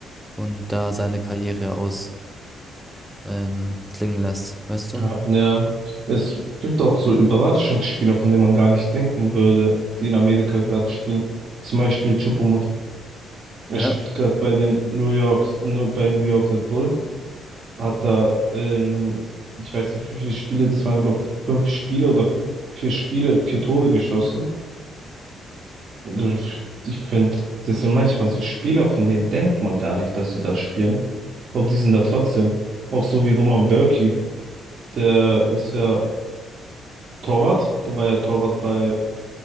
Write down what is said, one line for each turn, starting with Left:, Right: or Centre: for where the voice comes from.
Centre: und da seine Karriere aus, ähm, klingen lässt, weißt du?
Right: Ja, ja. es gibt auch so Überraschungsspieler, von denen man gar nicht denken würde, die in Amerika gerade spielen. Zum Beispiel choupo Er
Centre: Ja.
Right: spielt gerade bei den New York, bei New York Red Bull. Hat da, ähm, ich weiß nicht, wie viele Spiele, das waren, glaube ich, fünf Spiele oder f- vier Spiele, vier Tore geschossen. Und Ich, ich finde, das sind manchmal so Spieler, von denen denkt man gar nicht, dass sie da spielen. Aber die sind da trotzdem. Auch so wie Roman Bürki. Der ist ja Torwart. Der war ja Torwart bei